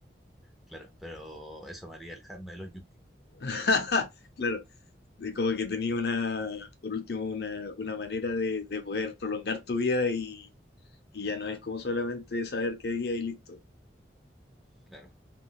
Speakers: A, in the centre; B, on the left (about 60°).
A: Claro, pero eso me haría alejarme de los yunques.
B: <laughs> Claro. de como que tenía una, por último, una, una manera de, de poder prolongar tu vida y, y ya no es como solamente saber qué día y listo.
A: Claro.